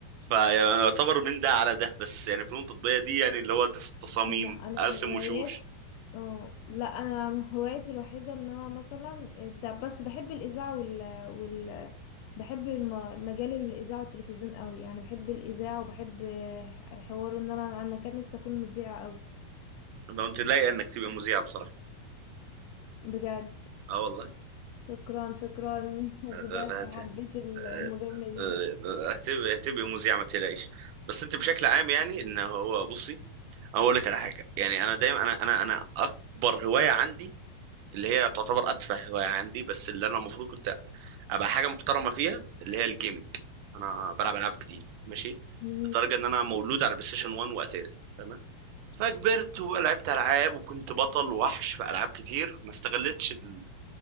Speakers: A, on the right; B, on the left.
A: فيعتبر من ده على ده بس يعني فنون تطبيقية دي يعني اللي هو دس- تصاميم
B: لا انا
A: ارسم
B: هوايات
A: وشوش
B: اه لا انا هوايتي الوحيده ان انا مثلا بتاع بس بحب الاذاعه وال وال بحب الم- مجال الاذاعه والتلفزيون قوي يعني بحب الاذاعه وبحب ح- حوار ان انا انا كان نفسي اكون مذيعه قوي
A: لو انت لايق انك تبقى مذيعة بصراحة
B: بجد
A: اه والله
B: شكرا شكرا <laughs> بجد
A: لا- لا هت-
B: حبيت ال-
A: آه،
B: المجامله دي
A: آه، هتبقى هتبقى مذيعة ما تقلقيش بس انت بشكل عام يعني ان هو بصي أنا اقول لك على حاجة يعني انا دايما انا انا انا اكبر هواية عندي اللي هي تعتبر اتفه هوايه عندي بس اللي انا المفروض كنت ابقى حاجه محترمه فيها اللي هي الجيمنج انا بلعب العاب كتير ماشي
B: مم.
A: لدرجه ان انا مولود على بلاي ستيشن 1 واتاري تمام فكبرت ولعبت العاب وكنت بطل وحش في العاب كتير ما استغلتش ال...